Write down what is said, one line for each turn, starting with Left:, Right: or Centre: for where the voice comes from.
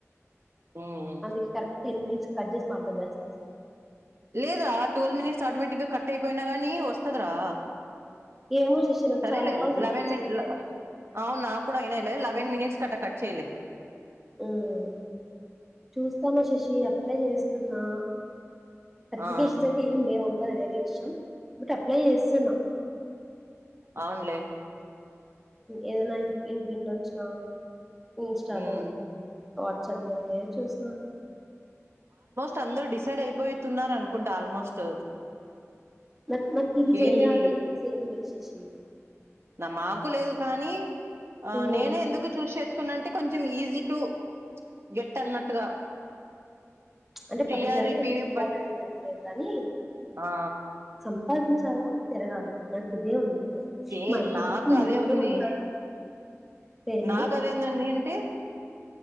Right: ఉమ్
Centre: అందుకే కరక్ట్ టెన్ మినిట్స్ మాట్లాడం బెస్ట్ కే సార్
Right: లేదురా ట్వెల్వ్ మినేట్స్ ఆటోమేటిక్ గా కట్ అయిపోయినా గానీ వస్తది రా
Centre: ఏమో శశి నాకు
Right: సరే
Centre: చాలా
Right: లే
Centre: కాల్స్ అట్ట
Right: లెవెన్
Centre: డిస్కనెక్ట్
Right: మిన్
Centre: అయిపోయినాయి
Right: అవును నాక్ కూడా అయినయి లే వేన్ మిట్స్కట్ట కట్ చేయిలే
Centre: హ్మ్ చూస్తాను శశి అప్లై చేస్ తున్నా సర్టిఫికేషన్స్
Right: ఆ
Centre: అయితే ఏం లేే అన్ అది వేరే విషయం బట్ అప్లై చేస్సున్నా
Right: అవున్లే
Centre: ఏదన్నా లింక్ డిన్ ఒచ్చినా ఇన్స్టాలో
Right: ఉమ్
Centre: వాట్సాప్ లో ఏ చూసిన
Right: తందరు డిసైడ్ అయిపోయితున్నార్ అనుకుంట ఆల్మోస్ట్
Centre: బట్ నాక్ ఇది చెయాల
Right: ఏంది
Centre: అన్న సే విశేం
Right: నా మాకు లేదు కానీ ఆ
Centre: ఉమ్
Right: నేనే ఎందుకు చూస్ చేస్ నంటే కొంచెం ఈజీ టు గెట్ అన్నట్టుగా
Centre: అంటే
Right: టీఆర్ఈ
Centre: పర్టికులర్గా
Right: పివి
Centre: ఇది చెయాలనేది ఏం లేదు గాని
Right: ఆ
Centre: సంపాదించాలా తిరగాల నాకు ఇదే ఉంది
Right: సేమ్
Centre: మా అమ్మ
Right: నాకు
Centre: చెప్పింది
Right: అదే
Centre: మెట్టితో
Right: ఉంది
Centre: కొడతాది ఏంది
Right: నాక్ అదేందండి అంటే